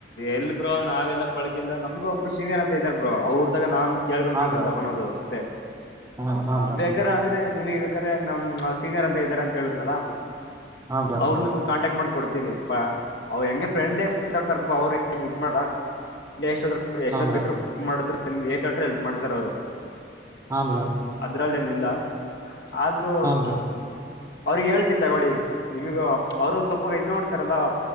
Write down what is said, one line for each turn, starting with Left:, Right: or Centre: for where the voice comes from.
Left: ಎಲ್ ಬ್ರೋ ನಾವೆಲ್ಲಾ ಪಳಗಿಲ್ಲ ನಮಗ ಒಬ್ಬರು ಸೀನಿಯರ್ ಅಂತ ಇದ್ದಾರ ಬ್ರೋ ಅವ್ರ ತಾಗ ನಾನ್ ಎಳ್ಕೊ
Right: ಹಾ
Left: ಕಳ್ಕೊಂಡ
Right: ಬ್ರೋ
Left: ತಕೊಳೋದು ಅಷ್ಟೇ
Right: ಹ ಹಾ ಬ್ರೋ
Left: ಬೇಗಾರ ಅಂದ್ರೆ ನಿಮಗ್ ಬೇಕಾದ್ರೆ ನಮ್ ಸೀನಿಯರ್ ಅಂತ ಇದ್ದಾರೆ ಅಂತ ಹೇಳಿದ್ನಲ್ಲ
Right: ಹಾ ಬ್ರೋ
Left: ಅವ್ರ ಕಾಂಟ್ಯಾಕ್ಟ್ ಮಾಡ್ ಕೊಡ್ತೀನಿ ಅವ್ ಹೆಂಗೆ ಫ್ರೆಂಡ್ಲಿ ಮಾತಾಡ್ತಾರ ಅವ್ ಇದ್ ಮಾಡ ಎಷ್ಟ ಎಷ್ಟೊಂದು್
Right: ಹಾ ಬ್ರೋ
Left: ಬೇಕ್ರರು ಫೋನ್ ಮಾಡಿದ್ರ ಏಕ ಹೇಳ್ರರು ಹೆಲ್ಪ್ ಮಾಡ್ತಾರೆ ಅವರು
Right: ಹಮ್ರಾ
Left: ಇದ್ರಲ್ಲೇನಿಲ್ಲ ಆದ್ರೂ
Right: ಬ್ರೋ
Left: ಅವ್ರಿಗೆ ಹೇಳ್ತಿನ್ ತಗೊಳ್ಳಿ ನಿಮಗ ಅವರು ಸೊಪ್ಪಾಗ ಇದ್ ನೋಡ್ತಾರಲ್ಲ